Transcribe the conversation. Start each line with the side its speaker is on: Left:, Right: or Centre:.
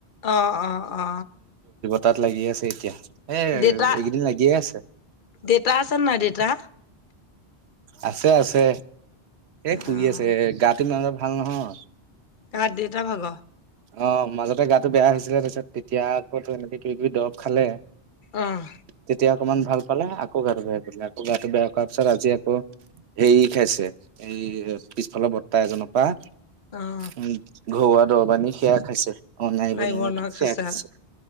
Left: আহ অ অ।
Right: তাত লাগি আছে এতিয়া। এ
Left: দেউতা
Right: এইকেইদিন লাগিয়ে আছে
Left: দেউতা আছে নাই দেউতা?
Right: আছে আছে এ
Left: অ',
Right: শুই আছে এ গাটো ইমানৰ ভাল নহয়।
Left: ক দেতা ভাগ
Right: অ মাজতে গাটো বেয়া হৈছিলে তাৰপিছত তেতিয়া আকৌ এনেকে কিবি কিবি দৰব খালে।
Left: অঁ
Right: তেতিয়া অকমান ভাল পালে আকৌ গাটো বেয়া কৰিলে আ গাটো বেয়া কৰোৱাৰ পিছত আজি আকৌ হেৰি খাইছে এই পিছফালৰ বৰ্তা এজনৰ পৰা
Left: অহ
Right: উ ঘৰুৱা দৰৱা আনী সেয়া খাইছে অনাই
Left: নাই
Right: বনাই
Left: বৰ্ণ
Right: কি খাইছে
Left: খাইছা